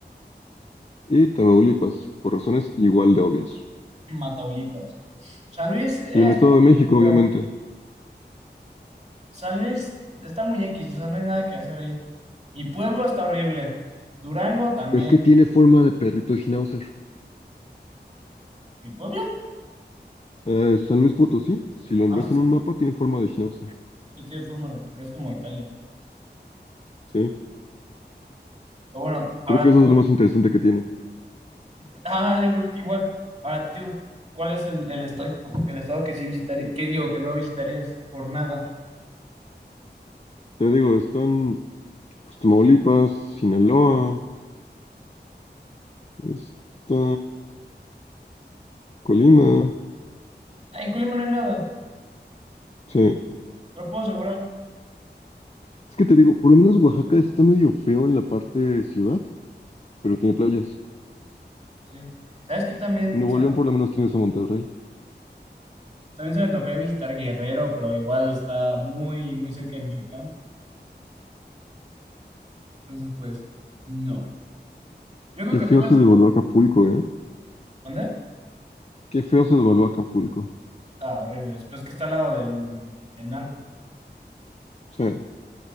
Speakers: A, on the left; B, on the right.
A: Y Tamaulipas, por razones igual de obvias.
B: Mataulipas. San Luis, eh,
A: Y el
B: está
A: Estado de México,
B: bien,
A: obviamente.
B: San Luis está muy X, o sea, no hay nada que hacer ahí. Mi pueblo está horrible. Durango también.
A: Es que tiene forma de perrito de Schnauzer.
B: ¿Mi pueblo?
A: Eh, San Luis Potosí, si lo
B: Ah,
A: ves
B: sí, sí.
A: en un mapa, tiene forma de Schnauzer.
B: Sí tiene forma de... Es como Italia.
A: Sí,
B: Pero bueno, ahora
A: creo que eso
B: tú.
A: es lo más interesante que tiene.
B: <laughs> Ah, yo creo que igual. Ahora tú. ¿Cuál es el, el estado, el estado que sí visitarías? ¿Qué digo? Que no visitarías por nada.
A: Te digo, están pues, Tamaulipas, Sinaloa. Está Colima,
B: Ah, En Colima no hay nada.
A: sí.
B: Te lo puedo asegurar.
A: Es que te digo, por lo menos Oaxaca está medio feo en la parte ciudad, pero tiene playas.
B: Sí. ¿Sabes qué? También
A: Nuevo
B: se,
A: León por lo menos tienes a Monterrey.
B: también se me antojaría visitar Guerrero, pero igual está muy, muy cerca de Michoacán. Entonces, pues, no. Yo creo
A: Qué
B: que
A: feo
B: todo
A: se
B: el sur...
A: devaluó Acapulco, ¿eh?
B: ¿Dónde?
A: Qué feo se devaluó Acapulco.
B: Ah, horribles. Pero es que está al lado del, del narco. güey.
A: Sí.